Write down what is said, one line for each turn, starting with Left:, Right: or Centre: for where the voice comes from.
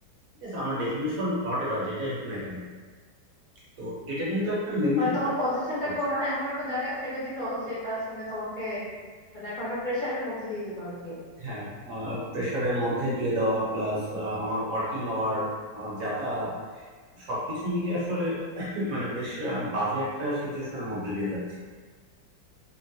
Right: ঠিক আছে আমার ডেজিগনেশন হোয়াট এভার যেটাই হোক না কেন তো এটা কিন্তু একটা মেন্টাল
Left: মানে তোমার
Right: প্রেশার
Left: পজিশনটাকে ওনারা এমন একটা জায়গায় ফেলে দিল যে এটা আসলে তোমাকে মানে এখন একটা প্রেশারের মধ্যে দিয়ে দিল আর কি
Right: হ্যাঁ প্রেশারের মধ্যে দিয়ে দেওয়া প্লাস আমার ওয়ার্কিং আওয়ার আমার যাতায়াত সবকিছু মিলে আসলে <coughs> <laughs> মানে বেশ আহ, বাজে একটা সিচুয়েশনের মধ্যে দিয়ে যাচ্ছে